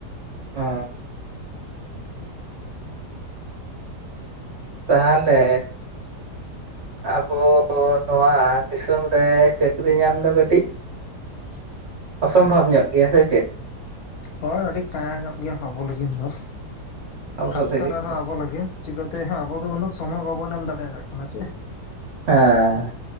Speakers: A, on the right (about 55°); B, on the left (about 70°).
A: ᱚ ᱛᱟᱦᱟᱞᱮ ᱟᱵᱚ ᱱᱚᱣᱟ ᱫᱤᱥᱚᱢ ᱨᱮ ᱪᱟᱹᱠᱨᱤ ᱧᱟᱢ ᱫᱚ ᱠᱟᱹᱴᱤᱡ
B: <inaudible>
A: ᱚᱥᱚᱢᱵᱷᱚᱵᱽ ᱧᱚᱜ ᱜᱮᱭᱟ ᱥᱮ ᱪᱮᱫ
B: ᱦᱚᱭ ᱟᱹᱰᱤ ᱠᱟᱸᱭᱟᱸ ᱧᱚᱜ ᱜᱮᱭᱟ ᱟᱵᱚ ᱞᱟᱹᱜᱤᱫ ᱫᱚ
A: ᱟᱵᱚ
B: ᱠᱷᱟᱥ
A: ᱞᱟᱹᱜᱤᱫ
B: ᱠᱟᱨ ᱟᱨᱦᱚᱸ
A: ᱫᱚ
B: ᱟᱵᱚ ᱞᱟᱹᱜᱤᱫ ᱪᱤᱠᱟᱹ ᱛᱮ ᱦᱟᱸᱜ ᱟᱵᱚ ᱫᱚ ᱩᱱᱟᱹᱜ ᱥᱚᱢᱚᱭ ᱵᱟᱵᱚᱱ ᱮᱢ ᱫᱟᱲᱮᱭᱟᱜ ᱠᱟᱱᱟ ᱪᱮ
A: ᱦᱮᱸ